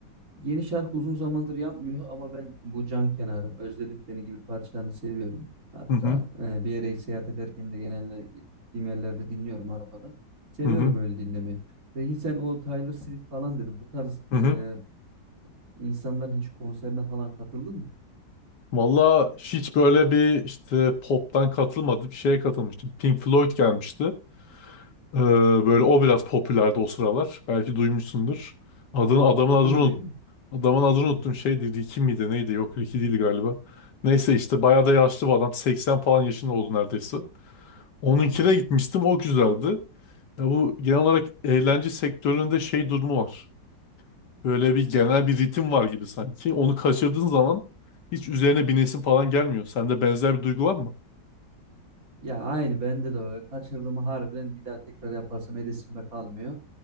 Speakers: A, on the right; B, on the left.
A: Yeni şarkı uzun zamandır yapmıyor ama ben bu can kenarım, özledim seni gibi parçalarını seviyorum. Hatta
B: Hı hı.
A: e, bir yere seyahat ederken de genelde gittiğim yerlerde dinliyorum arabada. Seviyorum
B: Hı hı.
A: öyle dinlemeyi. Peki sen o Taylor Swift falan dedin. Bu tarz
B: Hı
A: e,
B: hı.
A: insanların hiç konserine falan katıldın mı?
B: Valla hiç böyle bir işte pop'tan katılmadım. Bir Şeye katılmıştım. Pink Floyd gelmişti. Ee, böyle o biraz popülerdi o sıralar. Belki duymuşsundur. Adını, adamın
A: Adını
B: adını unut-
A: duydum.
B: Adamın adını unuttum.
A: Hı hı.
B: Şeydi Ricky miydi neydi? Yok Ricky değil galiba. Neyse işte bayağı da yaşlı bir adam. 80 falan yaşında oldu neredeyse. Onunkine
A: Hı.
B: gitmiştim. O güzeldi. Ya bu genel olarak eğlence sektöründe şey durumu var. Böyle bir genel bir ritim var gibi sanki. Onu kaçırdığın zaman hiç üzerine binesin falan gelmiyor. Sende benzer bir duygu var mı?
A: Ya aynı bende de öyle. Kaçırdığımı harbiden bir daha tekrar yaparsam edesimde kalmıyor.